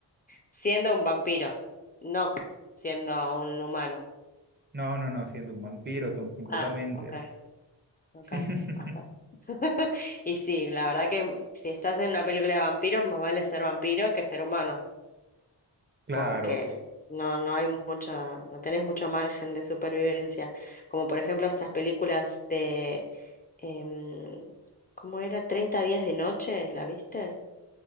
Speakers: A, on the left; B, on the right.
A: Siendo un vampiro, no siendo un humano.
B: No, no, no, siendo un vampiro, tom- completamente.
A: Ah, ok, ok,
B: <laughs>
A: ok. <laughs> Y sí, la verdad que si estás en una película de vampiros, más vale ser vampiro que ser humano,
B: Claro,
A: porque no, no hay mucho, no tenés mucho margen de supervivencia. Como por ejemplo estas películas de, em, ¿cómo era? Treinta días de noche, ¿la viste?